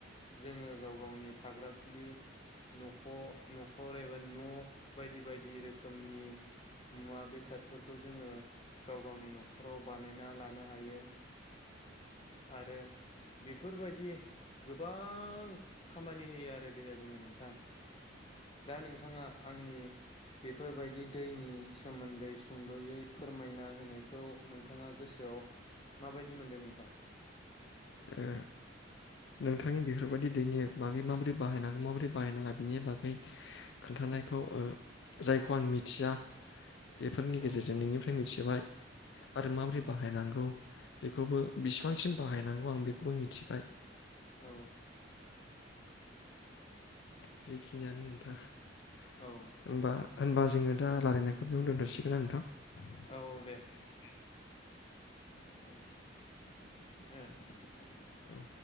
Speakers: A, on the left; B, on the left.
A: जोङो गाव गावनि थाग्रा खुलि नख' न'खर एबा न' बायदि बाय बायदि रोखोमनि मुवा बेसाद फोरखौ जोङो गाव गावनि न'खराव बानायना लानो हायो। आरो बेफोरबायदि गोबां खामानि होयो आरो दैया जोंनो नोंथां। दा नोंथाङा आंनि बेफोरबायदि दैनि सोमोन्दै सुंद'यै फोरमायना होनायखौ नोंथाङा गोसोआव माबायदि मोनदों नोंथां
B: ओ नोंथांनि बेफोरबायदि दैनि बागै माबोरै बाहायनांगौ माबोरै बाहायनाङा बिनि बागै खोन्थानायखौ ओ जायखौ आं मिथिया बेफोरनि
A: औ
B: गेजेरजों नोंनिफ्राय मिथिबाय। आरो माबोरै
A: औ
B: बाहायनांगौ बेखौबो बिसिबांसिम बाहायनांगौ आं बेखौबो मिथिबाय
A: औ।
B: बेखिनियानो नोंथां। होमबा
A: औ
B: होनबा जोङो दा रालायनायखौ बेयाव दोनथ'सिगोन। <unintelligible>
A: औ औ दे
B: औ।
A: औ दे नोंथां।
B: औ।